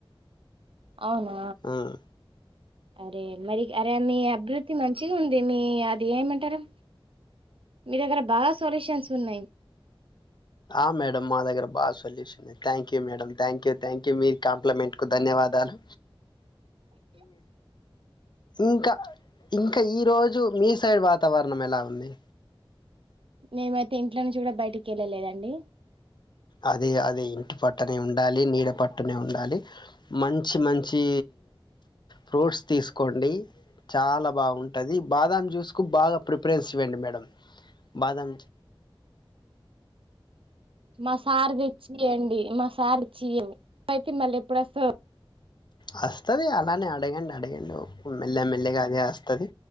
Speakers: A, on the right; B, on the left.
A: అవునా
B: ఉమ్.
A: అరే మరి అరే మీ అభివృద్ధి మంచిగా ఉంది మీ అది ఏమంటారుా మీ దగ్గర బాగా సొల్యూషన్స్ ఉన్నాయి
B: ఆ మేడమ్ మా దగర best solution thank you madam thank you thank you య మీ కాంప్లిమెంటీ ధన్యవాదాలు ఇంకా ఇంకా ఈ రోజు మీ సైడ్ వా వాతావరణం ఎలా ఉంది
A: మేమైతే ఇంట్లో నుంచి కూడా బయటికి వెళ్ళలేదండి
B: అదే అదే ఇంటి పట్టునే ఉండాలి నీడ పట్టునే ఉండాలి మంచి మంచి ఫ్రూట్స్ తీసుకోండి చాలా బాగుంటుంది బాదం జ్యూస్కు బాగా ప్రిఫరెన్స్ ఇవ్వండి మేడం బాదం
A: మా సార్ తెచ్చి్యండి మా సార్చ్చియవుైతే మళ్ళీ ఎప్పుడు వస్త
B: వస్తుంది అలానే అడగండి అడగండి మెల్లె మెల్లెగా అదే వస్తుంది